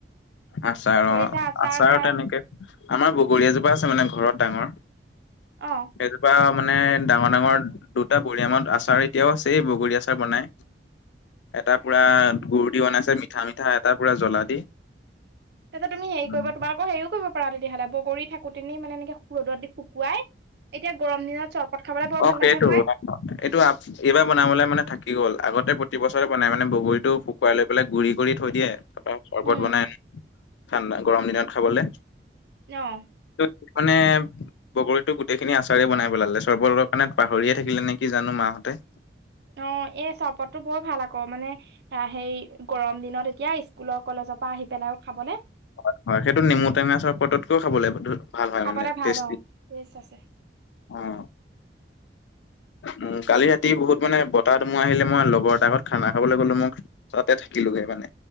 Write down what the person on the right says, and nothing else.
খৰিচা
খাই
অ
তাতে তুমি হেৰি
কৰিবা তোমালোকৰ হেৰি কৰিব পাৰা তেতিয়াহ'লে বগৰী থাকো নি মানে এনেকে ৰ'দত দি শুকুৱাই এতিয়া গৰম দিনত চৰবত খাবলৈ বৰ
ভাল
লাগে নহয়
উম
অহ'।
অ' এ চহপততো বৰ ভাল আকৌ মানে হে গৰম দিনত এতিয়া স্কুলৰ কলেজৰ পৰা আহি পেলায়ো খাবলে
খাবলে
ভাল
অ', টেষ্ট আছে